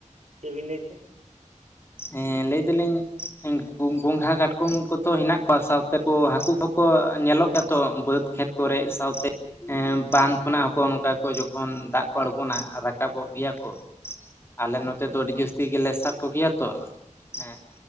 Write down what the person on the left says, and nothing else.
ᱦᱮᱸ ᱞᱟᱹᱭ ᱫᱟᱞᱤᱧᱼᱼ ᱜᱚᱸᱜᱷᱟ ᱠᱟᱴᱠᱚᱢ ᱠᱚ ᱛᱚ ᱦᱮᱱᱟᱜ ᱠᱚᱣᱟ ᱥᱟᱶᱛᱮ ᱠᱚ ᱦᱟᱹᱠᱩ ᱠᱚᱠᱚ ᱧᱮᱞᱚᱜ ᱜᱮᱭᱟ ᱛᱚ ᱵᱟᱹᱫᱽ ᱠᱷᱮᱛᱼᱼ ᱠᱚᱨᱮᱜ, ᱥᱟᱶᱛᱮᱼᱼ ᱦᱮᱸ ᱵᱟᱸᱫᱽ ᱠᱷᱚᱱᱟᱜ ᱦᱚᱸ ᱠᱚ ᱱᱚᱝᱠᱟ ᱠᱚ ᱡᱚᱠᱷᱚᱱ ᱫᱟᱜ ᱠᱚ ᱟᱬᱜᱚᱱᱟ ᱨᱟᱠᱟᱵᱚᱜ ᱜᱮᱭᱟ ᱠᱚ ᱾ ᱟᱞᱮ ᱱᱚᱛᱮ ᱫᱚ ᱟᱹᱰᱤ ᱡᱟᱹᱥᱛᱤ ᱜᱮᱞᱮ ᱥᱟᱵ ᱠᱚᱜᱮᱭᱟ ᱛᱚ ᱦᱮᱸ᱾